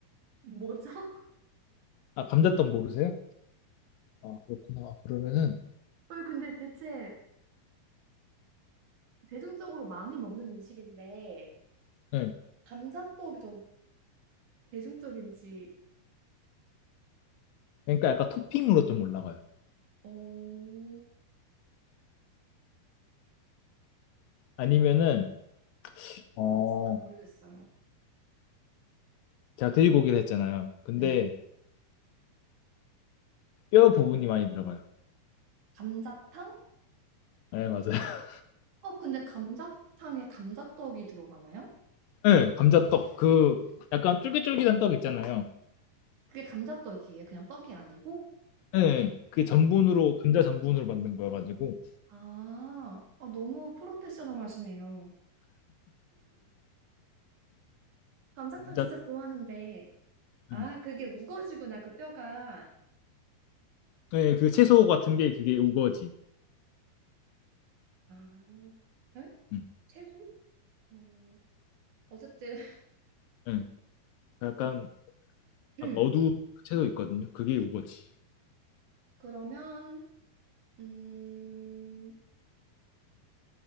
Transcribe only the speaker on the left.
아, 감자떡 모르세요? 아, 그렇구나. 아, 그러면은
네.
그러니까 약간 토핑으로 좀 올라가요.
아니면은 어,
제가 돼지고기를 했잖아요. 근데
뼈 부분이 많이 들어가요.
네, 맞아요. <laughs>
네, 감자떡 그 약간 쫄깃쫄깃한 떡 있잖아요.
네, 그게 전분으로
감자 전분으로 만든 거여가지고
감자
음.
네, 그 채소 같은 게 그게 우거지예요.
음.
네, 약간
약간 어두운 채소 있거든요. 그게 우거지.